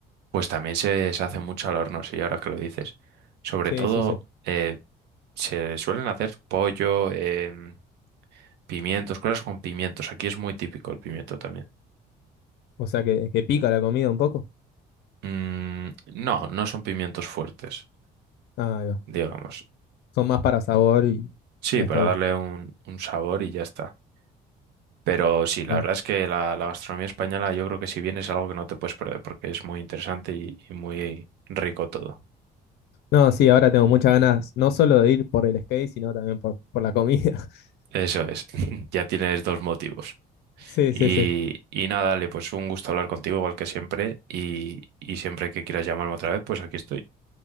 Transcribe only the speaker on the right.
pues también se, se hace mucho al horno, sí, ahora que lo dices. Sobre
todo,
eh, se suelen hacer pollo. em, Pimientos, cosas con pimientos. Aquí es muy típico el pimiento también.
Mm, no, no son pimientos fuertes,
digamos.
Sí,
para
darle un, un sabor y ya está. Pero sí, la
verdad es que la, la gastronomía española yo creo que si vienes es algo que no te puedes perder porque es muy interesante y, y muy rico todo.
Eso es, <laughs> ya tienes dos motivos.
Y,
y nada, dale, pues un gusto hablar contigo igual que siempre y, y siempre que quieras llamarme otra vez, pues aquí estoy.